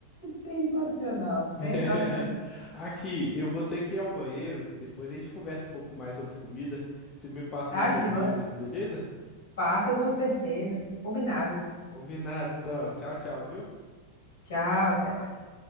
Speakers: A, on the left; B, on the left.
A: Sensacional,
B: <laughs>
A: sensacional.
B: Aqui, eu vou ter que ir ao banheiro. Depois a gente conversa um pouco mais sobre comida. Você me passa
A: Tá,
B: umas receitas,
A: joia?
B: beleza?
A: Passo com certeza. Combinado.
B: Combinado, então. Tchau, tchau, viu?
A: Tchau, até mais.